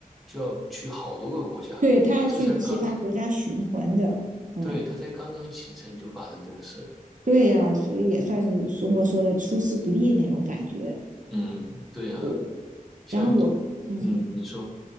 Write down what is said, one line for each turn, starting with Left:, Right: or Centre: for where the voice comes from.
Centre: 就要去好多个国家，
Right: 对他要去其他国家循环的，
Centre: 这才刚刚，
Right: 嗯，
Centre: 对，他才刚刚启程就发生这个事儿。
Right: 对呀、啊所以也算是中国说的出师不利那种感觉。
Centre: 嗯，对啊，
Right: 我
Centre: 像
Right: 然后我嗯，
Centre: 嗯，你说，